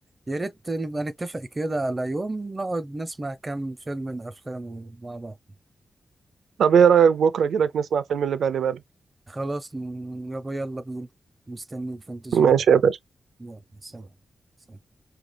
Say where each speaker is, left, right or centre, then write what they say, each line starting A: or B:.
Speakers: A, on the right; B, on the right.
A: يا ريت نبقى نتفق كده على يوم نقعد نسمع كام فيلم من افلامه مع بعض
B: طب ايه رأيك بكرة كده نسمع فيلم اللي بالي بالك
A: خلاص م- يابا يلا بينا مستنيك في انتظارك
B: ماشي يا باشا
A: يلا سلام سلام.